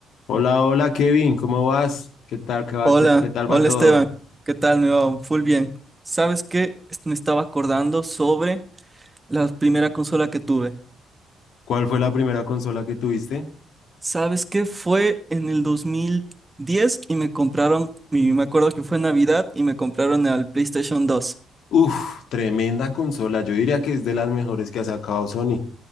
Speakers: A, on the left; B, on the right.
A: Hola, hola Kevin, ¿cómo vas? ¿Qué tal, qué va
B: Hola,
A: te- qué tal
B: hola
A: va todo?
B: Esteban, ¿qué tal? Me va full bien. ¿Sabes qué? Est- Me estaba acordando sobre la primera consola que tuve.
A: ¿Cuál fue la primera consola que tuviste?
B: ¿Sabes qué? Fue en el dos mil diez y me compraron, y me acuerdo que fue Navidad y me compraron el PlayStation dos.
A: Uf, tremenda consola, yo diría que es de las mejores que ha sacado Sony.